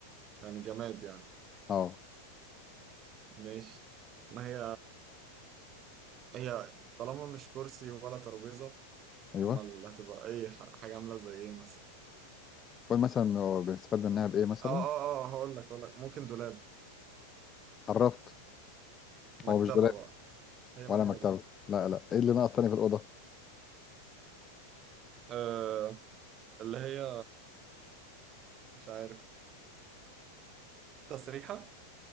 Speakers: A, on the right; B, on the left.
A: يعني جماد يعني
B: اه
A: ماشي ما هي هي طالما مش كرسي ولا ترابيزة
B: ايوه
A: اما اللي هتبقى اي ح- حاجة عاملة زي ايه مثلا
B: قول مثلا هو بيستفاد منها بايه مثلا
A: اه اه اه هقول لك هقول لك ممكن دولاب
B: قربت
A: مكتبة
B: هو مش دولاب
A: بقى هي
B: ولا
A: مكتبة
B: مكتبه لا لا ايه اللي ناقص تاني في الاوضه
A: آه اللي هي مش عارف تسريحة